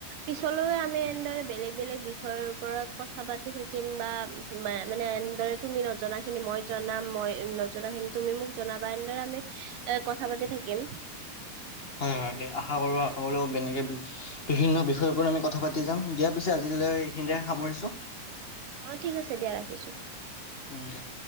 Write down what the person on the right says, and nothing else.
পিছলৈও আমি এনেদৰে বেলেগ বেলেগ বিষয়ৰ ওপৰত ক কথা পাতি থাকিম বা মানে এনেদৰে তুমি নজনা খিনি মই জনাম মই নজ তুমি মোক জনাবা, এনেদৰে আমি এ কথা পাতি থাকিম।
অ ঠিক আছে দিয়া ৰাখিছোঁ।